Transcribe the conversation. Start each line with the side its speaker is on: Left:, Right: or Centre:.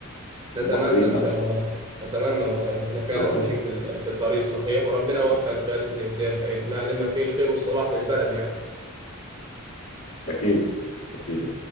Right: نتمنى
Left: المصريين
Right: إن
Left: نفسهم
Right: شاء الله نتمنى والله إحنا
Left: ان
Right: فعلا
Left: شاء
Right: ماشيين
Left: الله
Right: في ال- في الطريق الصحيح وربنا يوفق القيادة السياسية بتاعتنا لما فيه الخير والصلاح للبلد يعني
Left: اكيد اكيد